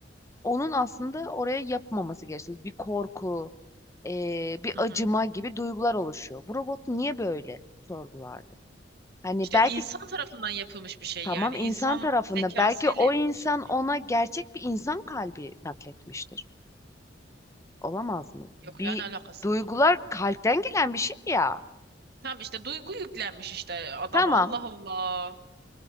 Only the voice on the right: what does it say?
Hı
hı.
İşte
insan tarafından yapılmış bir şey
yani.
İnsan
zekasıyla
yapılmış
bir
şey.
Yok
ya ne alakası
var?
Tam işte duygu yüklenmiş işte adama.
Allah Allah.